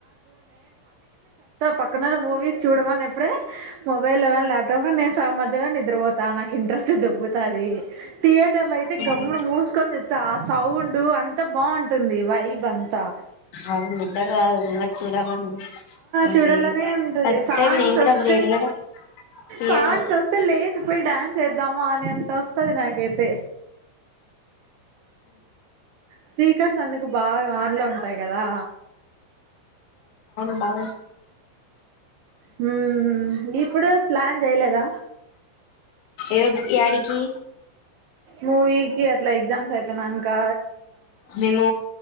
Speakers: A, on the right; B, on the left.
A: పక్కన మూవీస్ చూడ అని ఎప్పుడే మొబైల్ లో కానీ లాప్టాప్ లో కానీ త నాక్ ఇంట్రెస్ట్ దొబ్బుతాది థియేటర్లో అయితే
B: ఉమ్
A: గమ్మున మూస్కొని చూస్తా ఆ సౌండ్ అంతా బాగుంటుంది వైబ్ అంతా
B: అది నిద్ర రాదు ఉన్నది చూడాలని ఉంటది
A: చూడలనే ఉంటది
B: ఫస్ట్
A: సాంగ్స్
B: టైం నేను కూడా
A: అస్తే
B: అప్పుడు వెళ్ళడం థియేటర్
A: సాంగ్స్ అస్తే లేస్ పోయి డాన్స్ చేద్దామా అనే అంత వస్తది నాకైతే స్పీకర్స్ అందుకు బాగా ఆన్లో ఉంటాయి కదా
B: మా
A: హ్మ్ ఇప్పుడు ప్లాన్ చేయలేదా
B: ఏ యాడికి
A: మూవీకిి అట్లా ఎగ్జామ్స్ అయిపోయినంకా
B: మేము